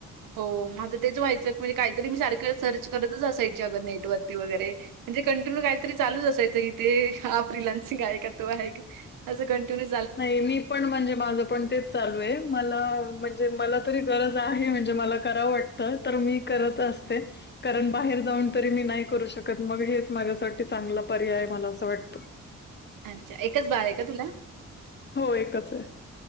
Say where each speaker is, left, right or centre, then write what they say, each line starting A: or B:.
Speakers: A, on the right; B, on the left.
A: हो माझं तेच व्हायचं म्हणजे काहीतरी मी सारखं सर्च करतच असायची अगं नेट वरती वगैरे म्हणजे कंटिन्यू काहीतरी चालूच असायचं इथे ह प्रिलान सिंग आहे का तो आहे का कंटन्य
B: नाही मी पण म्हणजे माझं पण तेच चालू आहे मला म्हणजे मला तरी गरज आहे म्हणजे मला करावं वाटतं तर मी करत. ते कारण बाहेर जाऊन तरी मी नाही करू शकत मग हेच माझ्यासाठी चांगला पर्याय मला असं वाटतं.
A: अच्छा एकच बाळ आहे का तुला?
B: हो एकच आहे.